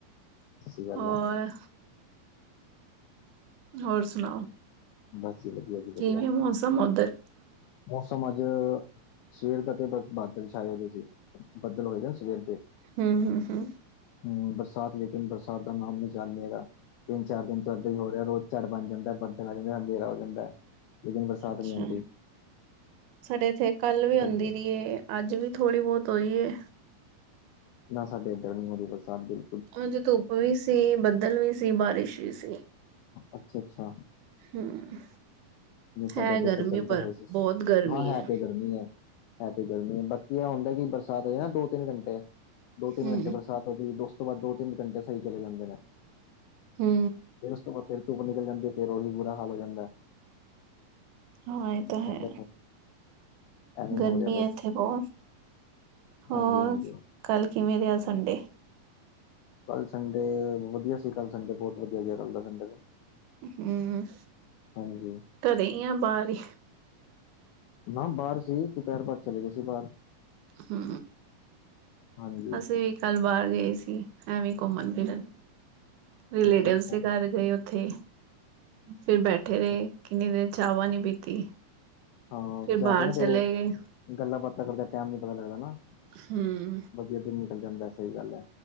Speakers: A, on the left (about 85°); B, on the right (about 75°).
A: ਸਤਿ ਸ਼੍ਰੀ ਕਾਲ
B: ਹੋਰ
A: ਮੈਂ
B: ਹੋਰ ਸੁਣਾਓ?
A: ਬਸ ਜੀ ਵਧੀਆ ਜੀ। ਵਧੀਆ
B: ਕਿਵੇਂ ਮੋਸਮ ਓਧਰ?
A: ਮੌਸਮ ਅੱਜ ਸਵੇਰ ਦਾ ਤੇ ਬ ਬਾਦਲ ਛਾਏ ਹੋਦੇ ਸੀ ਬੱਦਲ ਹੋਏ ਦੇ ਸਵੇਰ ਦੇ।
B: ਹੂੰ-ਹੂੰ
A: ਹੂੰ ਬਰਸਾਤ ਲੇਕਿਨ ਬਰਸਾਤ ਦਾ ਨਾਮ ਨੀ ਜਾਨੇਗਾ ਤਿੰਨ-ਚਾਰ ਦਿਨ ਤੋਂ ਇੱਦਾਂ ਹੀ ਹੋ ਰਿਹਾ ਰੋਜ ਝੜ ਬਣ ਜਾਂਦਾ ਬੱਦਲ ਆ ਜਾਂਦੇ ਐ ਅੰਦੇਰਾ ਹੋ ਜਾਂਦਾ ਲੇਕਿਨ ਬਰਸਾਤ
B: ਅੱਛਾ,
A: ਨੀ ਹੁੰਦੀ।
B: ਸਾਡੇ ਏਥੇ ਕੱਲ ਵੀ ਔਂਦੀ
A: ਗਰਮੀ
B: ਰਈਏ ਅੱਜ ਵੀ ਥੋੜ੍ਹੀ ਬਹੁਤ ਹੋਈ ਏ।
A: ਨਾ ਸਾਡੇ ਏਧਰ ਨੀ ਹੋਰੀ ਬਰਸਾਤ ਦੀ।
B: ਅੱਜ ਧੁੱਪ ਵੀ ਸੀ ਬੱਦਲ ਵੀ ਸੀ ਬਾਰਿਸ਼ ਵੀ ਸੀ।
A: ਅੱਛਾ-ਅੱਛਾ
B: ਹੂੰ।
A: ਨਈ ਸਾਡੇ
B: ਹੈ
A: ਏਧਰ
B: ਗਰਮੀ
A: ਬੱਦਲ ਤੇ
B: ਪਰ
A: ਹੋਏ ਸੀ
B: ਬਹੁਤ ਗਰਮੀ
A: ਹਾਂ ਹੈ
B: ਐ।
A: ਤੇ ਗੱ ਗਰਮੀ ਐ ਹੈ ਤੇ ਗਰਮੀ ਐ ਬਾਕੀ ਐ ਹੁੰਦੈ ਕਿ ਬਰਸਾਤ ਹੋ ਜਾ ਨਾ ਦੋ ਤਿੰਨ-ਘੰਟੇ ਦੋ ਤਿੰਨ
B: ਹੂੰ,
A: ਘੰਟੇ ਬਰਸਾਤ ਹੂੰਦੀ ਉਸ ਤੋਂ ਬਾਦ ਦੋ ਤਿੰਨ ਘੰਟੇ ਸਈ ਚਲੇ ਜਾਂਦੇ ਨੇ।
B: ਹੂੰ।
A: ਫੇਰ ਉਸ ਤੋਂ ਬਾਅਦ ਫਿਰ ਧੁੱਪ ਨਿਕਲ ਜਾਂਦੀ ਫਿਰ ਓਹੀ ਬੁਰਾ ਹਾਲ ਹੋ ਜਾਂਦੈ।
B: ਹਾਂ ਏ ਤਾਂ ਹੈ
A: ਏਦਾਂ ਐਵੇਂ ਹੀ
B: ਗਰਮੀ
A: ਹੋ ਰਿਹਾ ਬਸ
B: ਐ ਇੱਥੇ ਬੋ। ਹੋਰ
A: ਹਾਂਜੀ ਹਾਂਜੀ
B: ਕੱਲ ਕਿਵੇਂ ਰਿਹਾ ਸੰਡੇ?
A: ਕੱਲ੍ਹ ਸੰਡੇ ਵਧੀਆ ਸੀ ਕੱਲ੍ਹ ਸੰਡੇ ਬੋਤ ਵਧੀਆ ਗਿਆ ਕੱਲ ਦਾ ਸੰਡੇ ਦਾ।
B: ਹੂੰ
A: ਹਾਂਜੀ
B: ਘਰੇ ਈ ਆ ਬਾਰ ਈ।
A: ਨਾ ਬਾਰ ਸੀ ਦੁਪਿਹਰ ਬਾਅਦ ਚਲੇ ਗਏ ਸੀ ਬਾਰ।
B: ਹੂੰ
A: ਹਾਂਜੀ
B: ਅਸੀਂ ਵੀ ਕੱਲ੍ਹ ਬਾਰ ਗਏ ਸੀ ਐਵੇਂ ਈ ਘੁੰਮਣ ਫਿਰਨ। ਰਿਲੇਟਿਵਸ
A: ਅੱਛਾ ਅੱਛਾ
B: ਦੇ ਘਰ ਗਏ ਓਥੇ ਫਿਰ ਬੈਠੇ
A: ਅੱਛਾ
B: ਰਏ।
A: ਅੱਛਾ
B: ਕਿੰਨੀ ਦੇਰ ਚਾਵਾਂ ਨੀ ਪੀਤੀ।
A: ਹਾਂ
B: ਫਿਰ
A: ਜਾ
B: ਬਾਹਰ
A: ਕੇ ਨਾ
B: ਚਲੇ
A: ਫੇਰ
B: ਗਏ
A: ਗੱਲਾਂ ਬਾਤਾਂ ਕਰਦੇ ਟੈਮ ਨੀ ਪਤਾ ਲੱਗਦਾ ਨਾ।
B: ਹਮ
A: ਵਧੀਆ ਦਿਨ ਨਿਕਲ ਜਾਂਦਾ ਸਈ ਗੱਲ ਐ।